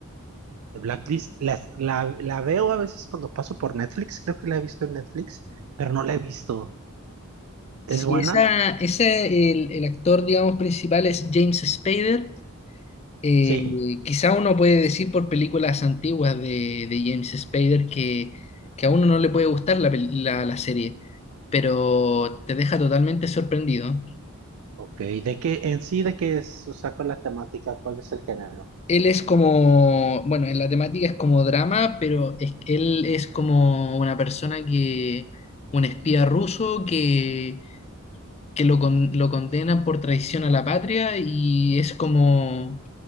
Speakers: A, on the right; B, on the left.
A: de Blacklist, las- la, la veo a veces cuando paso por Netflix, creo que la he visto en Netflix, pero no la he visto.
B: Si
A: ¿Es buena?
B: esa, ese, el, el actor, digamos, principal es James Spader, Eh,
A: Sí.
B: quizá uno puede decir por películas antiguas de, de James Spader que, que a uno no le puede gustar la, pel- la, la serie, pero te deja totalmente sorprendido.
A: Ok, ¿de qué, en sí, de qué es? O sea, ¿cuál es la temática? ¿Cuál es el género?
B: Él es como, bueno, en la temática es como drama, pero es- él es como una persona que, un espía ruso que, que lo, con- lo condenan por traición a la patria y es como